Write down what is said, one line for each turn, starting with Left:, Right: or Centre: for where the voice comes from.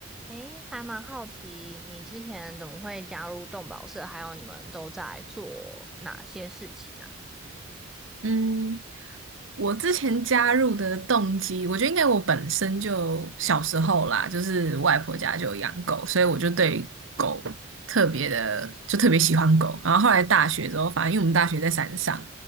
Centre: 诶，还蛮好奇你之前怎么会加入动保社，还有你们都在做哪些事情啊？
Right: 嗯，我之前加入的动机，我觉得应该我本身就小时候啦，就是外婆家就有养狗，所以我就对狗特别的，就特别喜欢狗。然后后来大学之后，反正因为我们大学在山上，